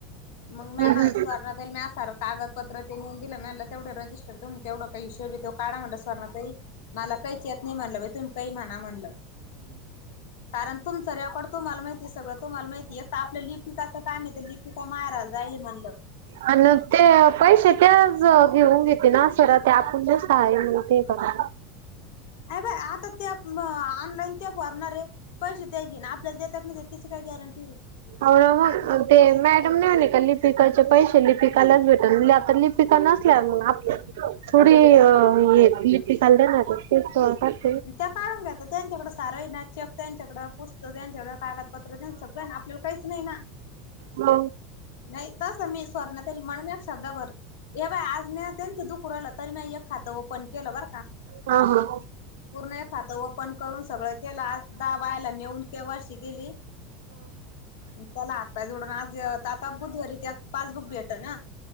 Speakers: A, on the left; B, on the right.
A: मंग मॅडम
B: हम्म
A: स्वर्णा ताईला मी आज सार कागदपत्र ते नेऊन दिलं मी म्हणलं तेवढे रजिस् तुम तेवढा काय हिशोब हाय त्यो काढा म्हटलं स्वर्णा ताई मला कहीच यत नही म्हणलं बाई तुम्ही कही म्हणा म्हणलं कारण तुम तुमचा रेकॉर्ड तुम्हाला माहितीय सगळं तुम्हाला माहितीय एक त आपल्या लिपिकाचं कामं ये ते लिपिका मायराला जायली म्हणलं
B: आणि ते पैसे तेज घेऊन घे ते ना सरळ ते आपूण ना शाळे म्हण ते करा
A: अ बे आता त्या मं ऑनलाईन त्या भरणार ये. पैसे त्या घेईन आपल्याला देत्यात नाय देत त्याची काय गॅरंटीये
B: अ हं ते मॅडम नाय म्हणली काय लिपिकाचे पैसे लिपिकालाच भेटनं म्हणलं आता लिप पिकां नसल्या मग आप थोडी हे लिपिकाल देणार ते
A: त्या काढून घेतात त्यांच्याकडं सार हाय ना चेक त्यांच्याकडं पुस्त कं त्यांच्याकड कागदपत्र त्यांनं सगळं हाय ना आपल्याला काहीच नाही ना
B: मंग
A: नाही तस मी स्वर्णाताई म्हणल एक शब्दभर हे बाय आज म्या त्यांचं दुखू रायलं तरी म्या एक खातं ओपन केलं बरं का.
B: हा हा
A: पूर्ण एक खात ओपन करून सगळं केलं आज दहा बायला नेऊन के वाय सी केली. त्याला हातपाय जोडून आज तात ताक बुधवारी त्या पासबुक भेटनं हा